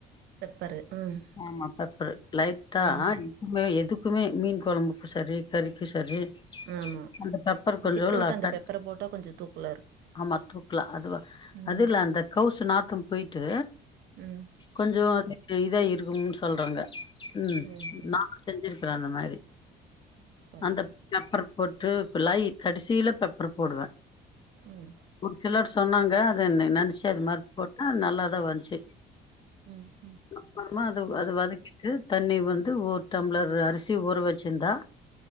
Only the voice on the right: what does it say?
பெப்பரு. ம்.
ம்.
ஆமா.
சிக்கனுக்கு
அந்த பெப்பர போட்டா கொஞ்சம் தூக்கலா இருக்கும்.
ம்.
ம்.
ம்ஹ்ம்.
சரி,
சரி.
ம்
ம். ம்.
சரி,
சரி.